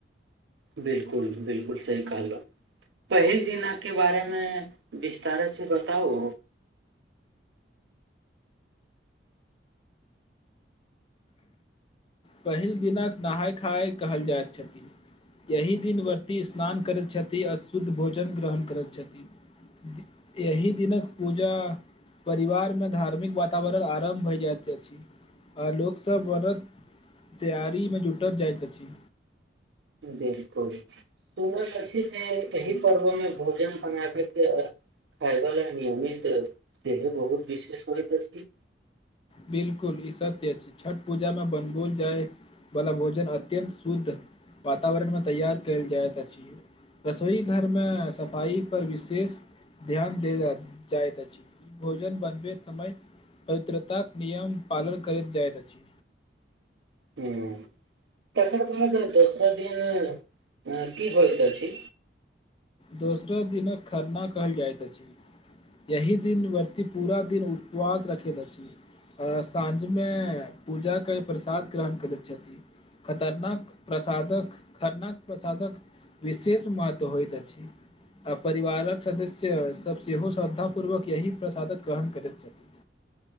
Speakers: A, on the right; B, on the left.
A: बिलकुल बिलकुल सही कहल। पहिल दििन के बारेमे विस्तार से बताउ।
B: पहिल दिनक नहााय खाय कहल जाइत छथि यह दिन व्रती स्नान करैत छथिन आ शुद्ध भोजन ग्रहण करैत छथि एहिी दिनक पूजा परिवारमे धार्मिक वातावरण आरम्भ भए जाइत अछि। आ लोकसभ व्रत तैआारीमे जुटल जाइत अछि।
A: बिलकुल सुनैत छी जे एहि पर्वमे भोजन बनाबैके खायव ल नियमित से बहुत विशेष होइत।
B: बिलकुल ई सत्य अछि छठ पूजा मे बनबल जाय वालला भोजन अत्यंत शुद्ध वातावरण मे तैयार कयल जाइत अछि रसोई घर मे सफाई पर विशेष ध्यान देल जाइत अछि भोजन बनबैत समय पवित्रता निियम पालन करैत जायत छै।
A: हुँ तकर बाद दोसरा दिन अ की होत छी।
B: दोसरा दिनक खरना कहल जाइत अछि यही दिन व्रती पूरा दिन उपवास रखैत अछि आ साँझ मे पूजा के प्रसाद ग्रहण करैत छथि खतरनाक प्रसादक खरनाक प्रसादक विशेष महत्व होइत अछि। आ परिवारक सदस्यसभ सेहो श्रद्धापूर्वक यही प्रसादक ग्रहण करैत छथिन।